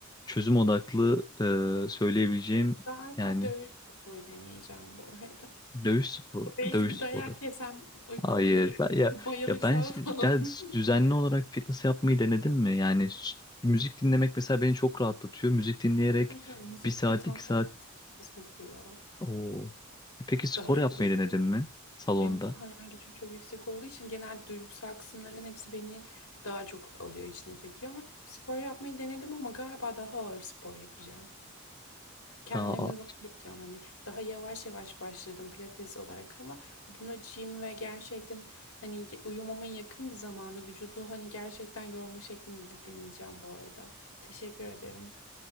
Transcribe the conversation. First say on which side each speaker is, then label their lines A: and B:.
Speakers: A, on the left; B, on the left.
A: çözüm odaklı e, söyleyebileceğim
B: Galiba
A: yani
B: dövüş sporu deneyeceğim bu arada.
A: dövüş sporu,
B: Belki
A: dövüş
B: bir dayak
A: sporları
B: yesem uykum
A: Hayır.
B: gelir.
A: Ben, ya,
B: Bayılırsam
A: ya ben ş-
B: falan.
A: ya
B: <laughs>
A: düzenli olarak fitness yapmayı denedim mi? Yani s- müzik dinlemek mesela beni çok rahatlatıyor. Müzik dinleyerek
B: Hayır müzik
A: bir saat,
B: beni tam
A: iki
B: tersi
A: saat.
B: sokuyor.
A: Oo. Peki spor
B: Daha çok
A: yapmayı denedin mi? Salonda.
B: Benim hayal gücüm çok yüksek olduğu için genel duygusal kısımların hepsi beni daha çok alıyor, içine çekiyor ama spor yapmayı denedim ama galiba daha ağır spor yapacağım. Kendimi
A: Daha
B: zorlayacağım hani daha yavaş yavaş başladım pilates olarak ama bunu gym ve gerçekten hani uyumamın yakın bir zamanı vücudu hani gerçekten yorma şeklinde de deneyeceğim bu arada. Teşekkür ederim.